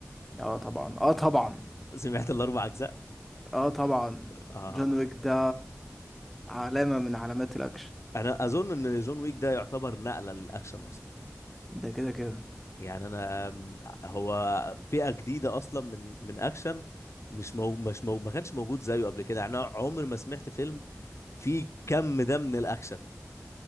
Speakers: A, in the centre; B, on the left.
A: اه طبعا اه طبعا
B: سمعت الاربع اجزاء
A: اه طبعا
B: اه
A: جون ويك ده علامه من علامات الاكشن
B: انا اظن ان جون ويك ده يعتبر نقله للاكشن اصلا
A: ده كده كده
B: يعني انا أم، هو فئه جديده اصلا من من اكشن مش مو مش مو ما كانش موجود زيه قبل كده يعني انا عمري ما سمعت فيلم فيه كم ده من الاكشن